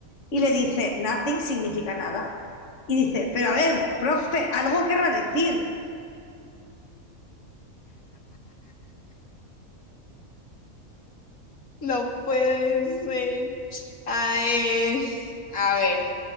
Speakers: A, on the left (about 60°); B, on the left (about 80°).
A: Y le dice, nothing significa nada. Y dice, pero a ver, profe, algo querrá decir.
B: No puede ser. Ay, a ver,